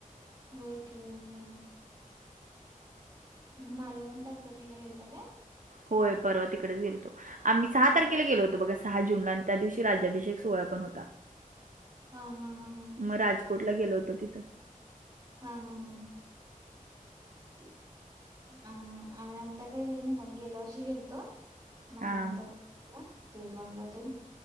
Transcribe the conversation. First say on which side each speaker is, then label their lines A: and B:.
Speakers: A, on the right; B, on the right.
A: होय की मग, होय. मालवण तारकर्लीला गेलतां काय?
B: होय परवा ती कडेचं गेलतो आम्ही सहा तारखेला गेलो होतो बघा सहा जूनला आणि त्या दिवशी राज्यभिषेक सोहळा पण होता.
A: हा हा हा हा
B: मग राजकोटला गेलो होतो तिथंच
A: हम्म हम्म हम्म. अ आम्ही आत्ता काय गेलो नव्हतो, आम्ही गेल्या वर्षी गेलतो. मालवण
B: हां
A: तारकर्लीला देवबंगला ते